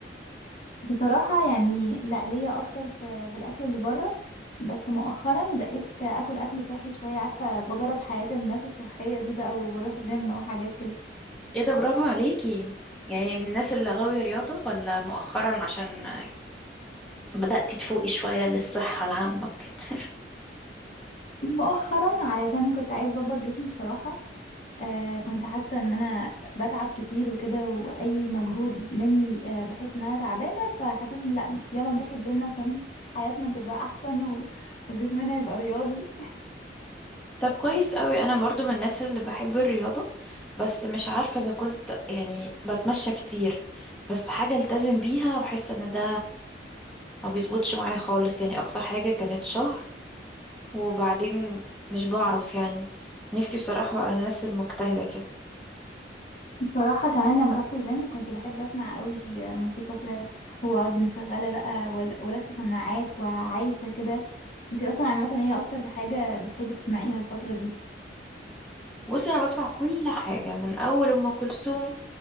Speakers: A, on the left (about 45°); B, in the centre.
A: بصراحة يعني لا ليا أكتر في, في الأكل اللي بره بس مؤخرا بقيت أكل أكل صحي شوية عارفة بجرب حياة الناس الصحية دي بقى وبروح جيم وحاجات كده
B: ايه ده برافو عليكي يعني من الناس اللي غاوية رياضة ولا مؤخرا عشان بدأتي تفوقي شوية للصحة العامة كده <laughs>
A: مؤخرا علشان كنت عايزة أظبط جسمي بصراحة آه كنت حاسة إن أنا بتعب كتير وكده وأي مجهود مني آه بحس إن أنا تعبانة فحسيت إن لا يلا نروح الجيم عشان حياتنا تبقى أحسن و... وجسمنا يبقى رياضي
B: طب كويس قوي انا برضو من الناس اللي بحب الرياضة بس مش عارفة اذا كنت يعني بتمشى كتير بس حاجة التزم بيها بحس ان ده ما بيظبطش معايا خالص يعني اقصى حاجة كانت شهر وبعدين مش بعرف يعني نفسي بصراحة بقى الناس المجتهدة كده
A: صراحة كمان لما رحت الجيم كنت بحب اسمع قوي موسيقى كده واقعد مشغلة بقى ول- ولابسة سماعات وعايشة كده انتي اصلا عامة هي اكتر حاجة بتحبي تسمعيها الفترة دي
B: بصي انا بسمع كل حاجة من اول ام كلثوم